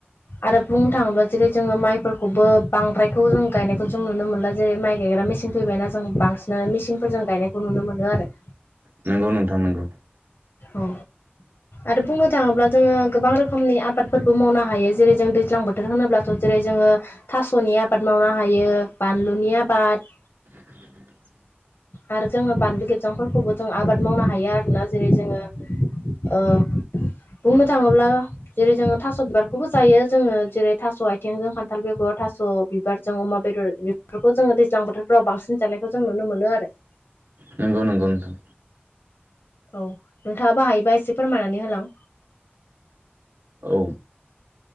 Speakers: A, on the left (about 70°); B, on the right (about 60°).
A: आरो बुंनो थाङोब्ला जेरै जोङो माइफोरखौबो बांद्रायखौ जों गायनायखौ जों नुनो मोनला जेरै माइ गायग्रा मेचिन फैबायना जों बांसिनानो मिचिनफोरजों गायनायखौ नुनो मोनो आरो।
B: नंगौ नोंथां नंगौ
A: औ आरो बुंनो थाङोब्ला जोङो गोबां रोखोमनि आबादफोरबो मावनो हायो जेरै जों दैज्लां बोथोर होनोब्लाथ' जेरै जों जोङो थास'नि आबाद मावनो हायो बानलुनि आबाद
B: <inaudible>
A: आरो जोङो बानलु गेबजांफोरखौबो जों आबाद मावनो हायो आरोना जेरै जोङो ओ बुंनो थाङोब्ला जेरै जोङो थास' बिबारखौबो जायो जोङो जेरै थास' आथिंजों खान्थाल बेगर थास' बिबारजों अमा बेदर बेफोरखौ जोङो दैज्लां बोथोरफ्राव बांसिन जानायखौ जों नुनो मोनो आरो।
B: नंगौ नंगौ नोंथां
A: औ नोंथाङाबो हायोबा एसे फोरमायनानै होलां
B: औ